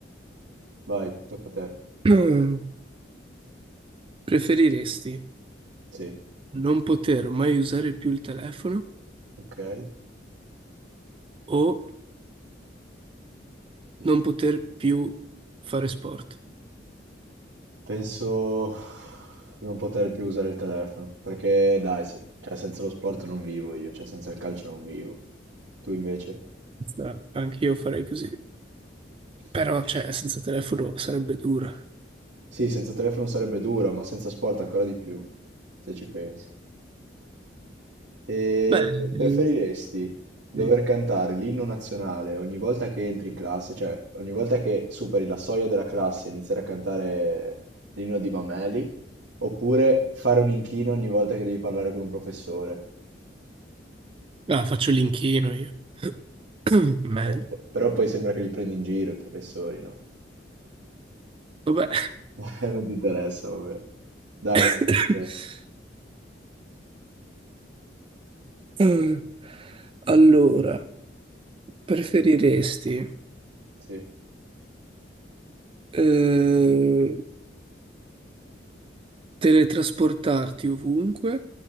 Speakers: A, on the right; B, on the right.
A: Vai, tocca a te.
B: <clears throat> Preferiresti
A: Sì,
B: non poter mai usare più il telefono
A: ok.
B: o non poter più fare sport?
A: Penso non poter più usare il telefono, perché dai, se- cioè, senza lo sport non vivo io, cioè senza il calcio non vivo. Tu invece?
B: Sta- Anche io farei così.
A: <laughs>
B: Però, cioè, senza telefono sarebbe dura.
A: Sì, senza telefono sarebbe dura, ma senza sport ancora di più, se ci pensi. E
B: Beh, eh,
A: preferiresti dover
B: sì.
A: cantare l'inno nazionale ogni volta che entri in classe, cioè ogni volta che superi la soglia della classe e iniziare a cantare l'inno di Mameli, oppure fare un inchino ogni volta che devi parlare con un professore?
B: Ah, faccio l'inchino io. <clears throat> Meglio.
A: Però, po- però poi sembra che li prendi in giro i professori, no?
B: Vabbè.
A: <laughs> Eh, Non ti interessa, vabbè. Dai, vai.
B: <laughs>
A: tocca a te.
B: Mm. Allora, preferiresti
A: Sì,
B: eh, teletrasportarti ovunque